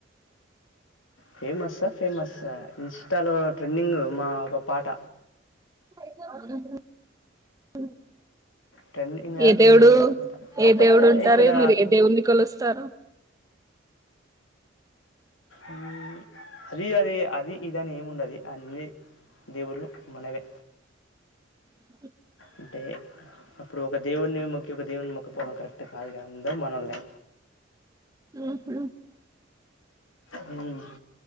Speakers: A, on the left; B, on the right.
A: ఫేమస్స ఫేమస్ ఇన్స్టాలో ట్రెండింగ్ మా ఒక పాట
B: <unintelligible>
A: ట్రెండింగా
B: ఏ
A: ట్రెండింగ్
B: దేవుడు
A: కాకపోతే కాకపోతే
B: ఏ దేవుడు ఉంటారు
A: ఇక్కడ
B: మీరు ఏ దేవుడిని కొలుస్తారు
A: ఉమ్ అది అదే అది ఇదని ఏముండది అన్నీ దేవులు మనవే
B: ఆ
A: అంటే అప్పుడు ఒక దేవుణి ఒకే ఒక దేవున్ని మొక్కపోవడం కరెక్ట్ కాదు అందరూ మనోళ్లే.
B: ఉహ్
A: హ్